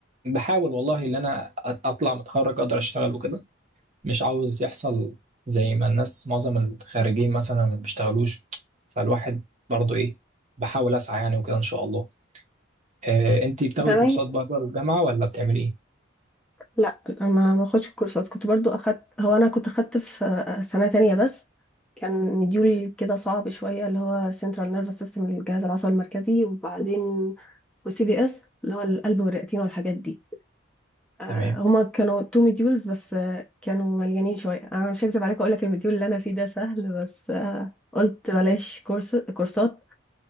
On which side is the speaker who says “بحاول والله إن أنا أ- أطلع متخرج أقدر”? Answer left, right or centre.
Right